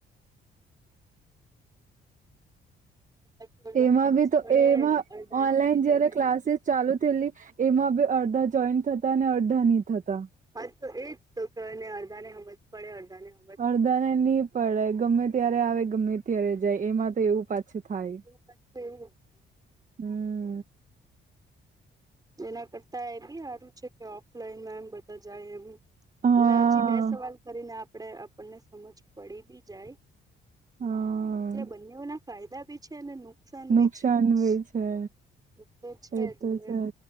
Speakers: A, on the right (about 20°); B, on the right (about 40°).
A: અડધાને
B: એમાં
A: હમજ
B: બી તો
A: પડે
B: એમાં
A: અડધાને
B: ઓનલાઈન
A: નહી
B: જયારે
A: પડે
B: ક્લાસીસ ચાલુ થયેલી એમાં બી અડધા જોઈન્ટ થતા અને અડધા ની થતા.
A: હાજ તો એજ તો કેને અડધા ને સમજ પડે અડધા ને
B: અડધા ને નહ પડે ગમે ત્યારે આવે ગમે ત્યારે જાય એમાં તો એવું પાછું થાય.
A: તે પછું એવું હો. તો હમ્મ.
B: હમ્મ.
A: જેના કરતા એ બી સારું છે કે ઓફલાઈનમાં એમ બધા જાય એમ.
B: હા
A: હજી બે સવાલ કરીને આપણેે આપણને સમજ પડી બી જાય.
B: હા
A: એટલે બંનેઓના ફાયદા બી છે નુકસાન
B: નુકસાન
A: ભી છે જ
B: બી છે
A: એક તો છે
B: એ તો
A: હવે.
B: છે જ